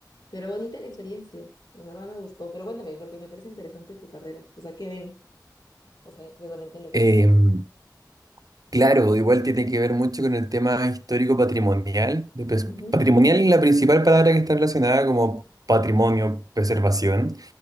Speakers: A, on the left; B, on the right.
A: Pero bonita la experiencia. En verdad me gustó. Pero cuéntame, porque me parece interesante tu carrera. O sea, ¿qué ven? O sea, exactamente en lo que
B: Em,
A: estudias.
B: Claro, igual tiene que ver mucho con el tema histórico-patrimonial. de pres-
A: Ujú.
B: Patrimonial es la principal palabra que está relacionada como patrimonio, preservación.